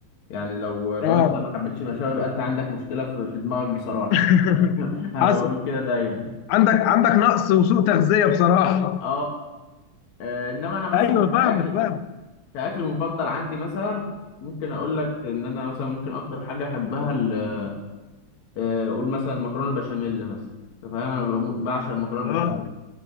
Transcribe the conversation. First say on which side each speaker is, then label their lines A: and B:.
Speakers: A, on the left (about 70°); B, on the left (about 85°).
A: يعني لو لو
B: اه
A: انت ما حبيتش المشاوي يبقى انت عندك مشكلة في, في دماغك بصراحة
B: <laughs>
A: <laughs> انا
B: حصل
A: بقول كده دايما
B: عندك عندك نقص وسوء تغذيه بصراحه
A: اه آه، انما انا مثلا
B: ايوه
A: كاكل
B: فاهمك فاهم
A: كاكل مفضل عندي مثلا ممكن اقول لك ان انا مثلا ممكن اكتر حاجه احبها ال- آه، اقول مثلا مكرونه البشاميل مثلا انت فاهم انا بموت- بعشق المكرونه البشاميل
B: اه